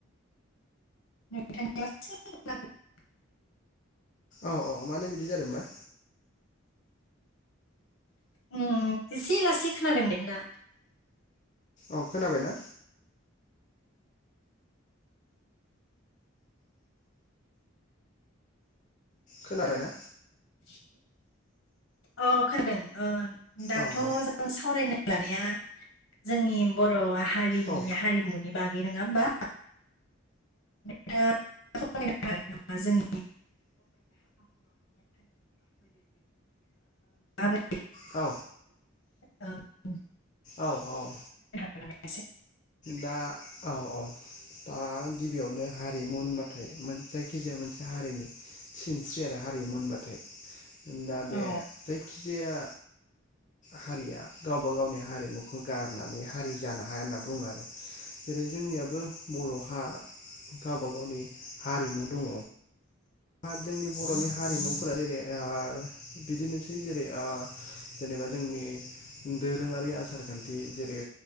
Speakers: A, on the left; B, on the left.
A: नोथां एसे खोनादों। <unintelligible>
B: औ औ मानो बिदि जादों बा?
A: ओम एसे लासै खोनादों नोंना।
B: औ खोनाबाय ना? खोनाबायना?
A: <inaudible> औ खोनादों ओ दाथ'
B: औ
A: जों
B: औ
A: सावरायनाय <unintelligible> लानाया जोंनि बर' हारिनि
B: औ
A: हारिमुनि बागै नङा होमबा? औ <unintelligible> जोंनि <unintelligible>
B: औ
A: ओ
B: औ औ
A: <unintelligible>
B: दा औ औ ओ दा गिबियावनो हारिमु होनबाथाय जायखिजाया मोनसे हारिनि सिनस्रि आरो हारिमु होनबाथाय दा बे
A: औ
B: जायखिजाया हारिया गावबा गावनि हारिमुखौ गारनानै हारि जानो हाया होनना बुं ङो आरो जेरै जोंनियाबो बर'हा गावबा गावनि हारिमु दङ जोंनि बर'नि हारिमुफोरा जेरै ओ बिदिनोसै जेरै ओ जेनेबा जोंनि दोरोङारि आसार खान्थि जेरै